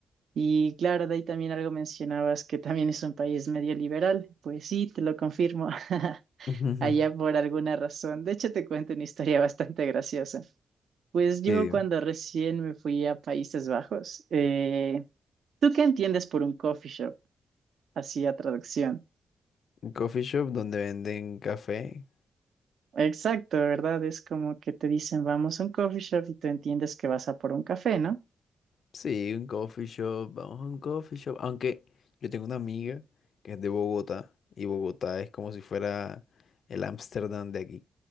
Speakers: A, on the right; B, on the left.
A: Y claro, de ahí también algo mencionabas que también es un país medio liberal. Pues sí, te lo confirmo. <laughs>
B: <laughs>
A: Allá por alguna razón. De hecho, te cuento una historia bastante graciosa. Pues yo
B: Sí, dime.
A: cuando recién me fui a Países Bajos, eh, ¿tú qué entiendes por un coffee shop? Así a traducción.
B: un coffee shop donde venden café.
A: Exacto, ¿verdad? Es como que te dicen, vamos a un coffee shop y tú entiendes que vas a por un café, ¿no?
B: Sí, un coffee shop, vamos a un coffee shop. Aunque yo tengo una amiga que es de Bogotá y Bogotá es como si fuera el Ámsterdam de aquí.